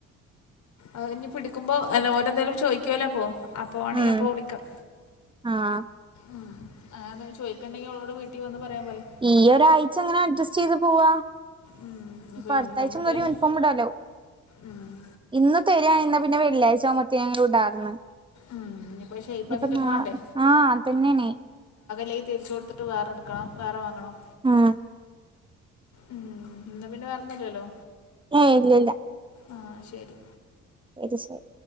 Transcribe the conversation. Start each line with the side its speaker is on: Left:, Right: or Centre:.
Left: അതിനി പിടിക്കുമ്പൊ അല്ല ഓരന്തേലും ചോദിക്കുവല്ലോ അപ്പോ അപ്പൊവാണെ
Right: ഉം
Left: അപ്പൊ വിളിക്കാം
Right: ആഹ്
Left: ഉം അങ്ങനെ ചോയിക്കണ്ടെങ്കി അവളോട് വീട്ടി വന്ന് പറയാൻ പറയ്
Right: ഈ ഒരാഴ്ച ഇങ്ങനഡ്ജസ്റ്റ് ചെയ്ത് പോവാം
Left: ഉം, ഇനിയിപ്പോ
Right: ഇപ്പൊ
Left: യൂണിഫോം
Right: അടുത്തായ്ച്ച
Left: കിട്ടിയാലും
Right: മൊതല് യൂണിഫോം ഇടാല്ലോ
Left: ഉം,
Right: ഇന്ന് തരിയാരുന്നെ പിന്നെ വെള്ളിയാഴ്ച ആകുമ്പോത്തേനും ഇടാർന്നു
Left: ഉം, ഇനിയിപ്പോ ഷേപ്പ് ആക്കിയിട്ടൊക്കെ
Right: ഇപ്പൊ നാ
Left: വേണ്ടേ
Right: ആഹ് അതന്നെയാണേ
Left: തിരിച്ചൊടുത്തിട്ട് വേറെ എടുക്കണം വേറെ വാങ്ങണം
Right: ആഹ്
Left: ഉം എന്നാ പിന്നെ വേറൊന്നുല്ലല്ലോ
Right: ഏഹ് ഇല്ലില്ല
Left: ആഹ് ശെരി
Right: ശെരി ശെരി